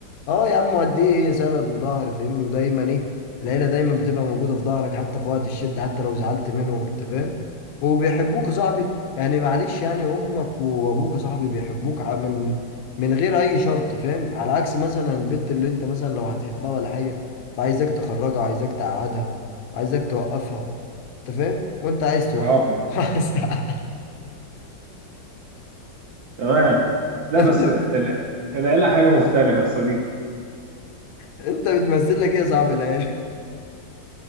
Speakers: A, on the left (about 85°); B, on the right (about 75°).
A: اه يا عم قد ايه هي سند وظهر فاهمني ودايما ايه العيله دايما بتبقى موجوده في ظهرك حتى في وقت الشده حتى لو زعلت منهم انت فاهم وبيحبوك يا صاحبي يعني معلش يعني امك وابوك يا صاحبي بيحبوك ع- من من غير اي شرط فاهم على عكس مثلا البت اللي انت مثلا لو هتحبها ولا حاجه فعايزك تخرجها عايزك تقعدها عايزك توقفها انت فاهم وانت عايز توقفها
B: عافا
A: <laughs> مش عايز تقعد-
B: تمام لا
A: انت
B: بس
A: <laughs>
B: ال- العيلة حاجة مختلفة يا صديقي
A: انت بتمثل لك ايه يا صاحبي العيله